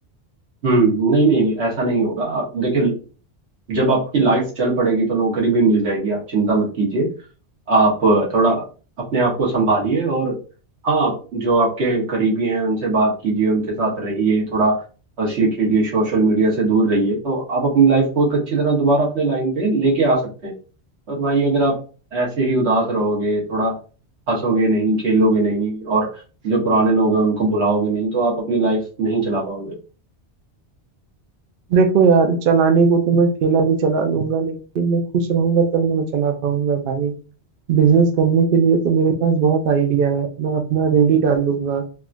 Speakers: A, on the right; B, on the right.
A: हम्म नहीं नहीं नहीं ऐसा नहीं होगा आप- देखिए जब आपकी लाइफ चल पड़ेगी तो नौकरी भी मिल जाएगी आप चिंता मत कीजिए आप थोड़ा अपने आप को संभालिए और हाँ जो आपके करीबी हैं उनसे बात कीजिए उनके साथ रहिए थोड़ा हंसिए खेलिए सोशल मीडिया से दूर रहिए तो आप अपनी लाइफ को एक अच्छी तरह दोबारा अपने लाइन पे लेके आ सकते हैं पर भाई अगर आप ऐसे ही उदास रहोगे थोड़ा हंसोगे नहीं खेलोगे नहीं और जो पुराने लोग हैं उनको भुलाओगे नहीं तो आप अपनी लाइफ नहीं चला पाओगे
B: देखो यार चलाने को तो मैं ठेला भी चला लूंगा लेकिन मैं खुश रहूंगा तब ना मैं चला पाऊंगा भाई बिजनेस करने के लिए तो मेरे पास बहुत आइडिया है मैं अपना रेडी डाल लूंगा